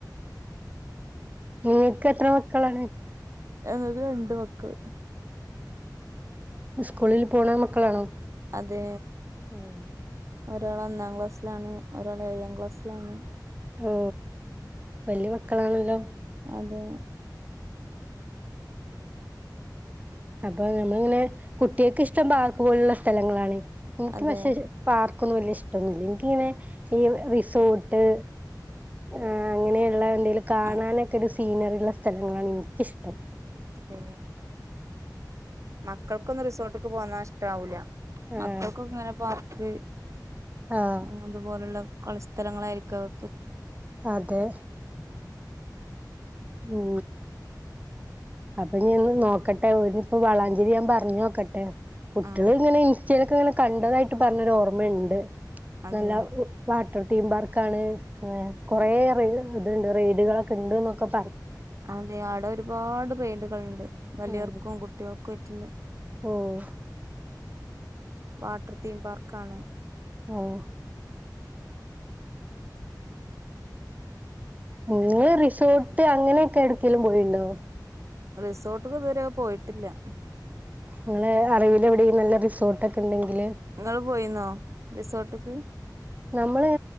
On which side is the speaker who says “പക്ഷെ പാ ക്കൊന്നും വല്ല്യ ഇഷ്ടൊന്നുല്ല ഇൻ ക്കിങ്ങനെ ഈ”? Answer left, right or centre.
Right